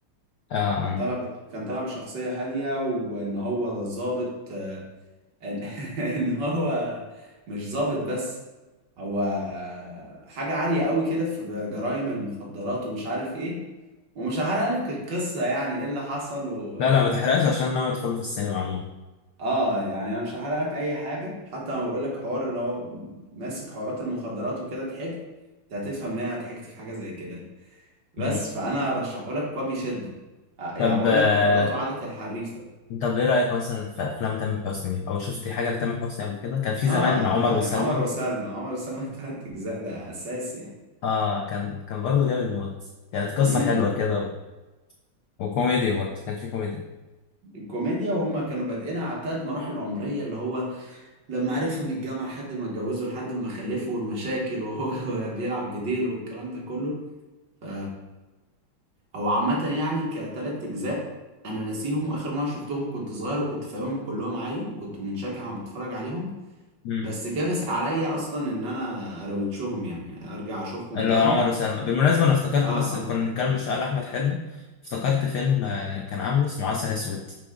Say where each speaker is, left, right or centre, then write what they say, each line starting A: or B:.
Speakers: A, on the left (about 75°); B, on the right (about 55°).
A: اه اه
B: كان طالع ب... كان طالع بشخصية هادية وان هو ظابط آه، ان <laughs> إن هو مش ظابط بس هو حاجة عالية قوي كده في جرائم المخدرات ومش عارف ايه ومش هحرق لك القصة يعني ايه اللي حصل و...
A: لا لا ما تحرقش عشان انا ادخله في السينما عموما
B: اه يعني انا مش هحرق لك اي حاجة حتى لما بقول لك حوار اللي هو ماسك حوارات المخدرات وكده ضحكت انت هتفهم ليه انا ضحكت في حاجة زي كده يعني. بس
A: مم.
B: فانا رشحه لك وبشدة آه، يعني
A: طب
B: بقول
A: آه،
B: لك ايراداته عادت الحريفة
A: طب ايه رأيك مثلا في افلام تامر حسني او شفتي حاجة لتامر حسني قبل كده كان في
B: اه
A: زمان عمر
B: يعني
A: وسلمى
B: عمر وسلمى عمر وسلمى <laughs> تلات اجزاء ده اساسي يعني
A: اه كان كان برضه جامد موت كانت قصة
B: امم
A: حلوة كده و- وكوميدي برضه كان في كوميدي
B: الكوميديا وهم كانوا بادئينها على تلات مراحل عمرية اللي هو لما عرفها من الجامعة لحد ما اتجوزه لحد ما خلفه والمشاكل وهو <laughs> بيلعب بديل والكلام ده كله ف هو عامة يعني كتلات أجزاء أنا ناسيهم وآخر مرة شفتهم كنت صغير وكنت فاهمهم كلهم عادي وكنت منشجع وأنا بتفرج عليهم
A: امم
B: بس كبس عليا أصلا إن أنا أروتشهم يعني أرجع أشوفهم
A: اللي
B: تاني
A: هو عمر وسلمى بالمناسبة انا افتكرت
B: آه
A: بس كنا
B: آه
A: بنتكلم من شوية على احمد حلمي افتكرت فيلم آه، كان عامله اسمه عسل اسود